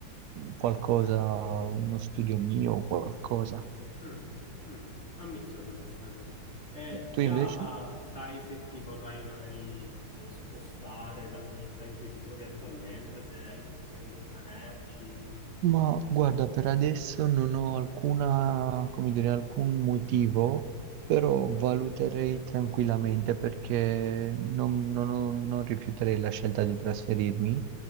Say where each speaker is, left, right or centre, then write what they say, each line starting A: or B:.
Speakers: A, on the right (about 70°); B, on the left (about 35°).
A: qualcosa, uno studio mio o qualcosa.
B: mm, mm. Ambiziosa questa cosa. Eh, già
A: Tu invece?
B: sai se ti vorrai magari, non so, spostare dalla città in cui ti trovi attualmente, se hai intenzione di rimanerci?
A: Ma guarda, per adesso non ho alcuna, come dire, alcun motivo, però valuterei tranquillamente perché non, non ho- non rifiuterei la scelta di trasferirmi,